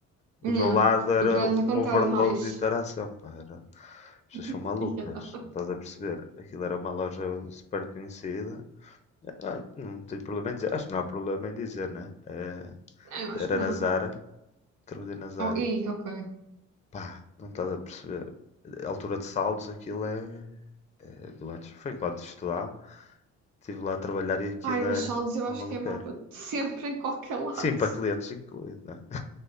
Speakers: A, on the left; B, on the right.
A: do meu
B: Yeah.
A: lado era
B: E tu és ao
A: um
B: contrário,
A: overload
B: mais.
A: de interação, pá. Era... As pessoas
B: <laughs>
A: são malucas,
B: Yeah.
A: não estás a perceber? Aquilo era uma loja super conhecida. Ah, não tenho problema em dizer, acho que não há problema em dizer, né? É,
B: Não, eu acho
A: era
B: que não.
A: na Zara, trabalhei na Zara.
B: Oh, e, ok.
A: Pá, não estás a perceber. A altura de saldos, aquilo é, é doentes. Foi enquanto estudava, estive lá a trabalhar e aquilo
B: Ai, mas
A: é
B: saldos eu
A: uma
B: acho
A: maluqueira.
B: que é mau para <laughs> sempre, em qualquer lado.
A: Sim, para clientes incluído, né?